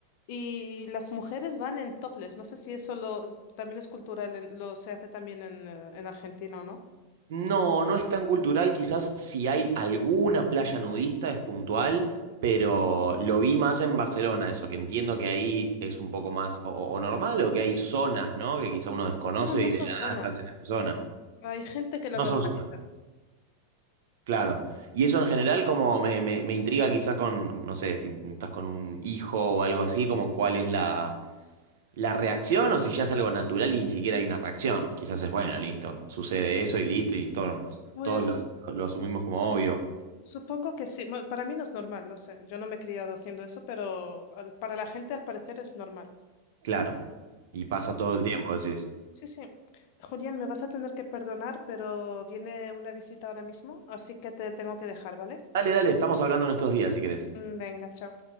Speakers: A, on the left; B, on the right.
A: Y las mujeres van en topless. No sé si eso lo, también es cultural, en- lo se hace también en, eh, en Argentina o no.
B: No, no es tan cultural, quizás si hay alguna playa nudista es puntual, pero lo vi más en Barcelona, eso, que entiendo que ahí es un poco más o, o- o normal o que hay zonas, ¿no? Que quizá uno desconoce
A: No, no
B: y
A: son
B: de la
A: zonas.
B: nada estás en esa zona.
A: Hay gente que lo
B: No
A: normaliza.
B: son zonas. Claro. Y eso en general como me, me- me intriga quizá con, no sé, si estás con un hijo o algo así, como cuál es la, la reacción o si ya es algo natural y ni siquiera hay una reacción. Quizás es, bueno, listo, sucede eso y listo y todos,
A: Pues
B: todos lo as- lo asumimos como obvio.
A: supongo que sí. Bueno, para mí no es normal, no sé. Yo no me he criado haciendo eso, pero al- para la gente al parecer es normal.
B: Claro. Y pasa todo el tiempo, decís.
A: Sí, sí. Julián, me vas a tener que perdonar, pero viene una visita ahora mismo, así que te tengo que dejar, ¿vale?
B: Dale, dale, estamos hablando en estos días, si querés.
A: Mm, Venga, chao.